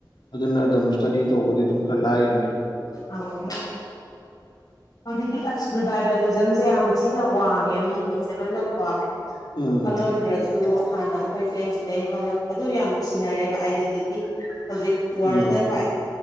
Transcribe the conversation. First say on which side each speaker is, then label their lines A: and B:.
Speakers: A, on the left (about 70°); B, on the left (about 55°).
A: ꯑꯗꯨꯅ ꯑꯗꯨꯝ ꯁ꯭ꯇꯗꯤ ꯇꯧꯕꯗꯤ ꯑꯗꯨꯝ ꯈꯔ ꯂꯥꯏꯔꯅꯤ
B: ꯍꯥꯎ ꯍꯧꯖꯤꯛꯇꯤ ꯑꯁ ꯔꯤꯕꯥꯏꯕꯦꯂꯤꯖꯝꯁꯦ ꯌꯥꯝ ꯊꯤꯅ ꯋꯥꯡꯉꯦ ꯃꯤꯈꯩꯁꯦ ꯂꯣꯏꯅꯃꯛꯀꯣ
A: ꯎꯝ
B: ꯐꯪꯉꯝꯗ꯭ꯔꯁꯨ ꯁꯨ ꯍꯥꯟꯅ ꯑꯩꯈꯣꯏꯁꯦ ꯁꯤꯗꯩ ꯍꯧꯔꯛ ꯑꯗꯨ ꯌꯥꯝ ꯁꯤꯤꯅꯔꯦꯕ ꯑꯥꯏꯗꯦꯟꯇꯤꯇꯤ ꯍꯧꯖꯤꯛ ꯋꯥꯔꯜꯗ
A: ꯎꯝ
B: ꯈ꯭ꯋꯥꯏ